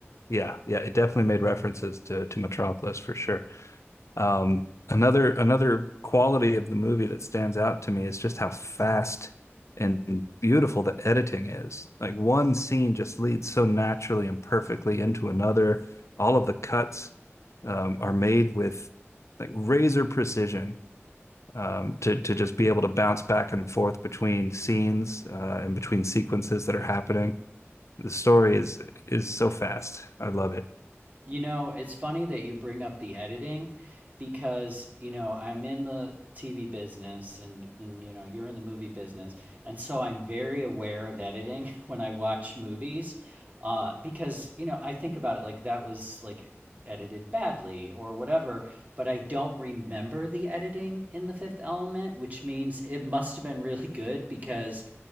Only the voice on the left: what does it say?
Yeah, yeah, it definitely made references to to Metropolis for sure. Um, another another quality of the movie that stands out to me is just how fast and beautiful the editing is. Like one scene just leads so naturally and perfectly into another. All of the cuts um, are made with like razor precision um, to to just be able to bounce back and forth between scenes uh, and between sequences that are happening. The story is is so fast. I love it.